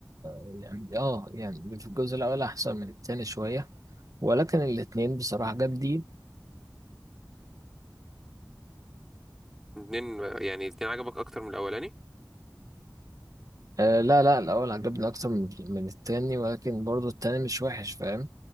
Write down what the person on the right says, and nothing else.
يعني اه يعني في الجزء الأول أحسن من التاني شوية ولكن الاتنين بصراحة جامدين
آه لا لا الأول عجبني أكتر من من التاني ولكن برضو التاني مش وحش فاهم